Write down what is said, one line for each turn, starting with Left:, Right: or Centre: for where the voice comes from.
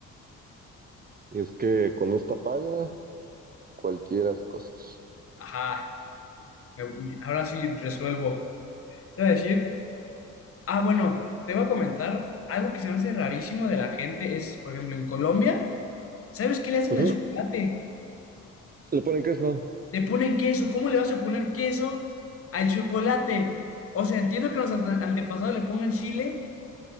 Right: Es que con esta paga cualquiera hace cosas.
Left: Ajá, me- ahora sí resuelvo. Te voy a decir Ah, bueno, te voy a comentar algo que se me hace rarísimo de la gente es, por ejemplo, en Colombia, ¿sabes qué le hacen
Right: Ajá.
Left: al chocolate?
Right: Le ponen queso.
Left: Le ponen queso. ¿Cómo le vas a poner queso al chocolate? O sea, entiendo que los ante- antepasados le pongan chile,